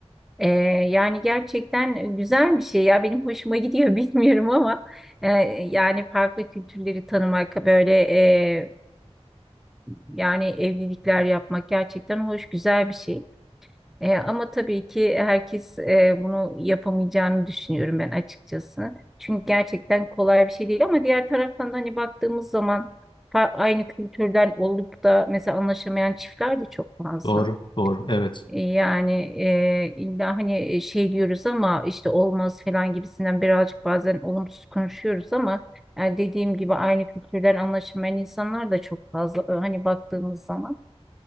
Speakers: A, in the centre; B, on the left.
A: Ee, yani gerçekten güzel bir şey ya benim hoşuma gidiyor <laughs> bilmiyorum ama e, yani farklı kültürleri tanımak böyle e, yani evlilikler yapmak gerçekten hoş güzel bir şey. E, ama tabii ki herkes e, bunu yapamayacağını düşünüyorum ben açıkçası. Çünkü gerçekten kolay bir şey değil ama diğer taraftan da hani baktığımız zaman fa- aynı kültürden olup da mesela anlaşamayan çiftler de çok fazla.
B: Doğru, doğru. Evet,
A: Yani e, illa hani şey diyoruz ama işte olmaz falan gibisinden birazcık bazen olumsuz konuşuyoruz ama yani dediğim gibi aynı kültürden anlaşılmayan insanlar da çok fazla e, hani baktığımız zaman.